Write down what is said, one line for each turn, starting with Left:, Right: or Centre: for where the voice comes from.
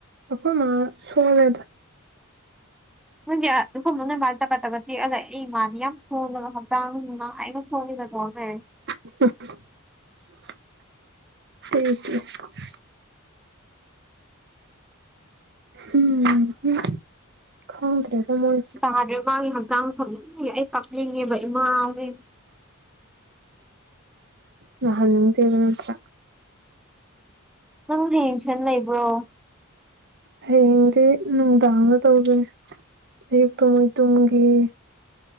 Right: ꯑꯈꯣꯏ ꯃꯥ ꯁꯣꯂꯦꯗ
Centre: ꯅꯣꯏꯁꯦ ꯑꯗꯨꯐꯝ ꯅꯣꯏ ꯃꯥ ꯇꯒꯠ ꯇꯒꯠ ꯇꯦꯛꯑꯂ ꯂꯩ ꯑꯩꯃꯥꯗꯤ ꯌꯥꯝ ꯁꯣꯜꯂꯒ ꯍꯛꯆꯥꯡꯃ ꯍꯥꯏꯅ ꯁꯣꯜꯂꯤꯗ ꯀꯣꯅꯦ
Right: <unintelligible> ꯍꯨꯝꯍꯨ ꯈꯪꯗꯦ ꯃꯣꯏꯁꯦ
Centre: ꯌꯥꯗ꯭ꯔꯦ ꯃꯥꯒꯤ ꯍꯛꯆꯥꯡꯁꯨ ꯑꯩ ꯀꯞꯅꯤꯡꯉꯦꯕ ꯏꯃꯥꯁꯦ
Right: ꯅꯍꯥꯟ ꯅꯤꯡꯗꯦꯗ ꯅꯠꯇ꯭ꯔ
Centre: ꯅꯪ ꯍꯌꯦꯡ ꯁꯟ ꯂꯩꯕ꯭ꯔꯣ
Right: ꯍꯌꯦꯡꯗꯤ ꯅꯨꯡꯗꯥꯡꯗ ꯇꯧꯗꯧꯅꯦ ꯑꯌꯨꯛꯇꯣ ꯃꯣꯏ ꯇꯨꯝꯒꯤ ꯏ